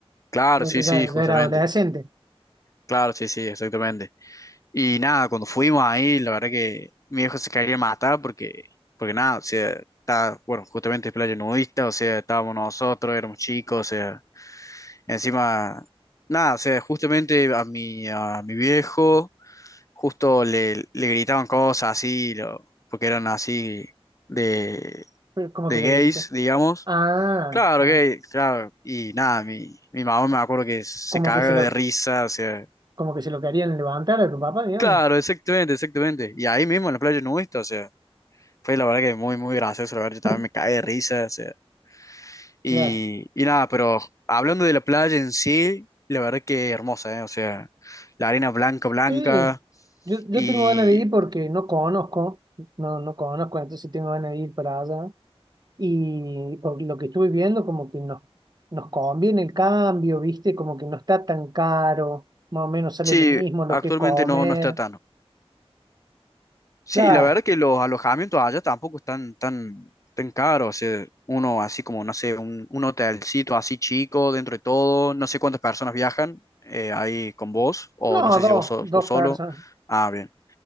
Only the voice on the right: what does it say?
Ya,
ya-
ya
era adolescente,
pero como
que le
grita.
Ah,
ah,
como
que se lo,
como que se lo querían levantar a tu papá, digamos.
<laughs>
Claro.
Sí, yo, yo
tengo ganas de ir porque no conozco, no, no conozco, entonces sí tengo ganas de ir para allá. Y por lo que estuve viendo, como que nos, nos conviene el cambio, ¿viste? Como que no está tan caro, más o menos sale
lo mismo, lo
que comer.
Claro,
no,
dos,
dos
personas,